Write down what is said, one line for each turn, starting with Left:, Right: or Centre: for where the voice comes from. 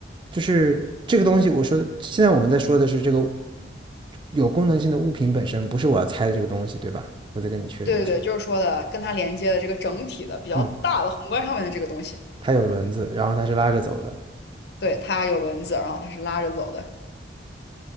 Right: 就是这个东西。我说的，现在我们在说的是这个有功能性的物品本身，不是我要猜的这个东西对吧？我再跟你确认一下。
Left: 对对对，就是说的跟它连接的这个整体的比较大的宏观上面的这个东西，
Right: 嗯，它有轮子，然后它是拉着走的。
Left: 对，它有轮子，然后它是拉着走的，